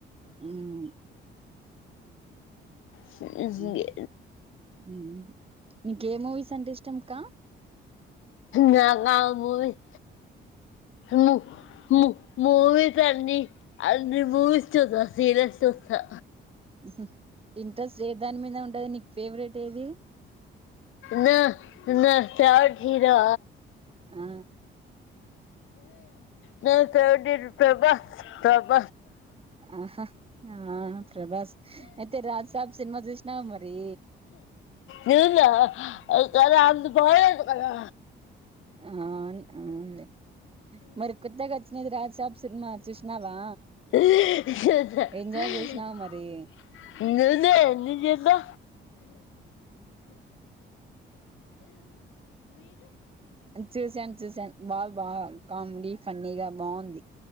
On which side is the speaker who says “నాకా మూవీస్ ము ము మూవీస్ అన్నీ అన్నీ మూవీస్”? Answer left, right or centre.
Left